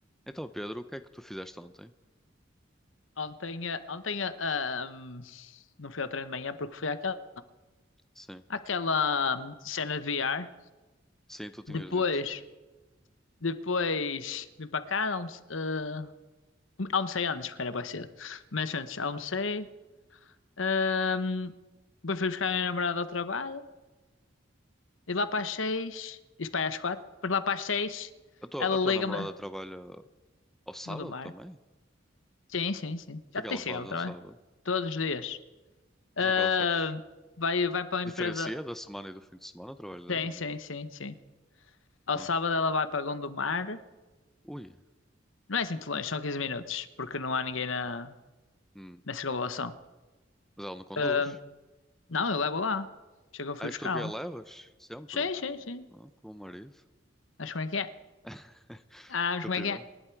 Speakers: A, in the centre; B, on the left (about 85°).
A: Então, Pedro, o que é que tu fizeste ontem?
B: Ontem, eh, ontem eh, ah, hum, não fui ao treino de manhã porque fui àquela,
A: Sim,
B: àquela hum, cena de VR.
A: sim, tu tinhas
B: Depois,
A: dito.
B: depois vim para cá, almoce- ah, almocei antes, porque era bem cedo. Mas antes, almocei. hum, depois fui buscar a minha namorada ao trabalho. E lá para as seis, isto para aí às quatro, depois lá para as seis,
A: A tua,
B: ela
A: a
B: liga-me
A: tua namorada trabalha ao sábado
B: no do mar.
A: também? O
B: Sim, sim, sim.
A: que
B: Já
A: é
B: te
A: que ela
B: disse
A: faz
B: ela
A: ao
B: também.
A: sábado?
B: Todos os dias.
A: Mas
B: Ah,
A: o que é que ela faz?
B: vai, vai para a
A: Diferencia
B: empresa.
A: da semana e do fim de semana o trabalho dela?
B: Sim,
A: ou
B: sim,
A: não?
B: sim, sim. Ao
A: Ah.
B: sábado ela vai para Gondomar.
A: Ui,
B: Não é assim muito longe, são 15 minutos, porque não há ninguém na,
A: hum.
B: na circunvalação.
A: Mas ela não conduz?
B: Ahm, não, eu levo lá. Chega, eu fui
A: Ah,
B: buscá-la.
A: és tu que a levas? Sempre?
B: Sim, sim, sim.
A: Ah, que bom marido.
B: Sabes como é que é?
A: <laughs>
B: Ah, sabes
A: Continua.
B: como é que é?